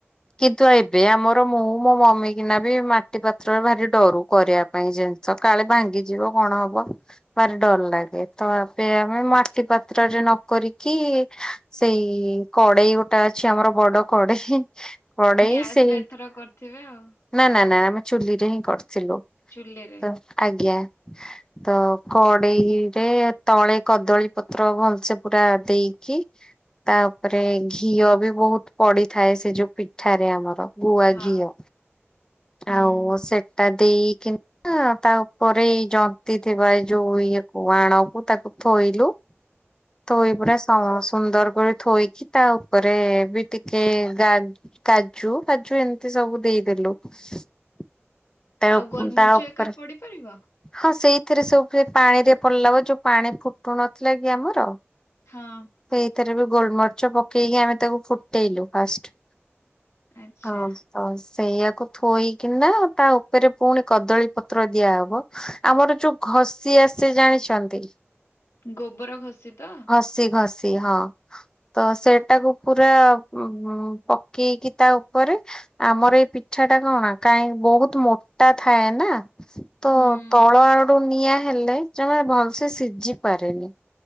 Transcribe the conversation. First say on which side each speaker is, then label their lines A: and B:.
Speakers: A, on the left; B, on the left.
A: କିନ୍ତୁ ଏବେ ଆମର ମୁଁ ମୋ ମମି କିନା ବି ମାଟି ପାତ୍ରରେ ଭାରି ଡରୁ କରିବା ପାଇଁ ଯେ ସକାଳେ ଭାଙ୍ଗିଯିବ କଣ ହବ? ଭାର ଡର ଲାଗେ ତ ଏବେ ଆମେ ମାଟି ପାତ୍ରରେ ନକରିକି ସେଇ କଡେଇ ଗୋଟେ ଅଛି ଆମର ବଡ କଡେଇ ପଢଡେଇ
B: ଗ୍ୟାସ
A: ସେଇ
B: ରେ ଏଥର କରିଥିବେ ଆଉ
A: ନା ନା ନା ଆମେ ଚୁଲିରେ ହିଁ କରିଥିଲୁ।
B: ଚୁ୍ଲିରେ।
A: ତ ଆଜ୍ଞା ତ କଡ୍। କଡେଇରେ ତଳେ କଦଳୀ ପତ୍ର ଭଲସେ ପୁରା ଦେଇକି। ତା ଉପରେ ଘିଅ ବି ବହୁତ ପଡିଥାଏ ସେ ଯୋଉ। ପିଠାରେ ଆମର ଗୁଆ
B: ହଁ
A: ଘିଅ
B: ହୁଁ
A: ଆଉ ସେଟା ଦେଇକି। ନା ତା ଉପରେ ଏଇ ଜନ୍ତୀ ଥିବା ଏ ଯୋଉ ଇଏ କୁ ଆଣକୁୁ ତାକୁ ଥୋଇଲୁ।
B: ହୁଁ
A: ଥୋଇ ପୁରା ସମ ସୁନ୍ଦର କରି ଥୋଇକି ତା ଉପରେ ବି ଟିକେ ଗା କାଜୁ କାଜୁ ଏମିତି ସବୁ ଦେଇଦେଲୁ। ତା
B: ଆଉ
A: ଉ
B: ଗୋଲମରିଚ
A: ତା ଉପରେ।
B: ଏକା ପଡିପାରିବ?
A: ହଁ ସେଇଥିରେ ସବୁ ସେ ପାଣିରେ ପଡିଲା ବା ଯୋଉ ପାଣି ଫୁଟୁ ନଥିଲା କି ଆମର।
B: ହଁ।
A: ସେଇଥିରେ ବି ଗୋଲମରିଚ ପକେଇକି ଆମେ ତାକୁ ଫୁଟେଇଲୁ ଫାଷ୍ଟ।
B: ଆଚ୍ଛା
A: ହଁ। ତ ସେଇଆକୁ ଥୋଇକିନା ତା ଉପରେ ପୁଣି କଦଳୀ ପତ୍ର ଦିଆହବ। ଆମର ଯୋଉ ଘଷି ଆସେ ଜାଣିଛନ୍ତି।
B: ଗୋବର ଘଷି ତ।
A: ଘସି ଘସି ହଁ ତ ସେଇଟାକୁ। ପୁରା ଉଁ ଉଁ ପକେଇକି ତା ଉପରେ। ଆମର ଏଇ ପିଠା ଟା କଣା କାହିଁକି ବହୁତ ମୋଟା ଥାଏ ନା। ତ
B: ହୁଁ
A: ତଳ ଆଡୁ ନିଆଁ ହେଲେ ଜମା ଭଲସେ ସିଝି ପାରେନି।